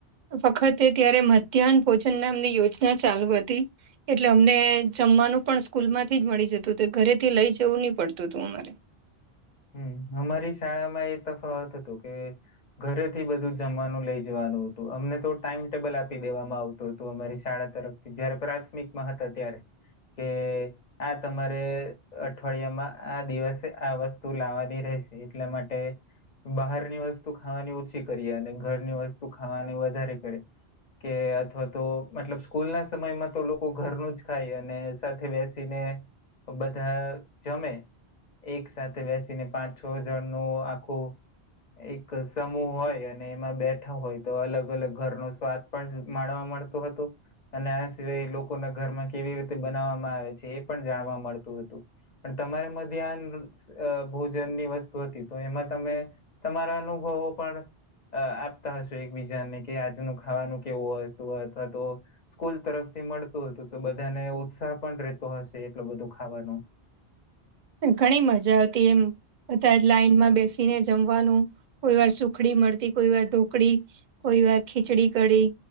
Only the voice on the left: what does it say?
<inaudible> હમ અમારી શાળામાં એ તફાવત હતો કે ઘરેથી બધું જમવાનું લઇ જવાનું અમને તો ટાઈમ ટેબલ આપી દેવામાં આવતું હતું અમારી શાળા તરફથી જયારે પ્રાથમિકમાં હતા ત્યારે કે આ તમારે અઠવાડિયામાં આ દિવસે આ વસ્તુ લાવવાની રહેશે એટલા માટે બહારની વસ્તુ ખાવાની ઓછી કરીએ અને ઘરની વસ્તુ ખાવાની વધારે કરી કે અથવા તો મતલબ સ્કૂલ ના સમયમાં તો લોકો ઘરનું જ ખાય અને સાથે બેસીને બધા જમે એક સાથે બેસીને પાંચ છ હજારનું આખું એક સમૂહ હોય અને એમાં બેઠા હોય તો અલગ અલગ ઘરનો સ્વાદ પણ માણવાવામાં મળતો હતો અને આ સિવાય લોકોના ઘરમાં કેવી રીતે બનાવવામાં આવે છે એ પણ જાણવા મળતું હતું પણ તમારે ધ્યાન અ ભોજનની વસ્તુ હતી તો એમાં તમે તમારા અનુભવો પણ અ આપતા હશો એકબીજાને કે આજનું ખાવાનું કેવું હોતુ અથવા તો સ્કૂલ તરફ મળતું હતું તો બધાને ઉત્સાહ પણ રહેતો હશે એટલો બધો ખાવાનું